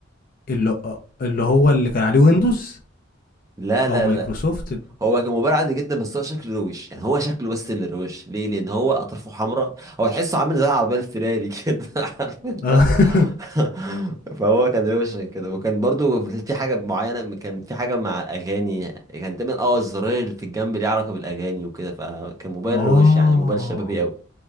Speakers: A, on the left; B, on the right.
A: اللي اللي هو اللي كان عليه ويندوز
B: لا لا
A: او مايكروسوفت
B: لا هو كان مباراة عادي جدا بس هو شكله روش يعني هو شكله بس اللي روش ليه لان هو اطرافه حمراء هو تحسه عامل زي العربيه الفيراري كده <laughs> عارف انت
A: اه <laughs>
B: <laughs> فهو كان روش كده وكان برضو في حاجه معينه كان في حاجه مع الاغاني كان تقريبا اه الزراير اللي في الجنب ليه علاقه بالاغاني وكده فكان موبايل
A: اه
B: روش يعني موبايل شبابي قوي